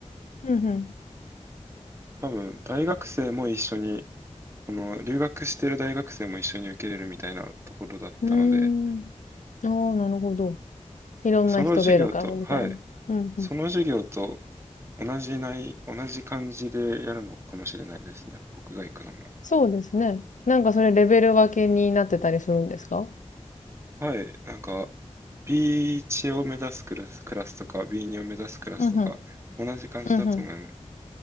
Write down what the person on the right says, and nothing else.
多分、大学生も一緒に、その、留学してる大学生も一緒に受けれるみたいなところだったので、
その授業と、はい、
その授業と同じない、同じ感じでやるのかもしれないですね。僕が行くのも。
はい、なんか、B1 を目指すクラス、クラスとか、B2 を目指すクラスとか、
同じ感じだと思います。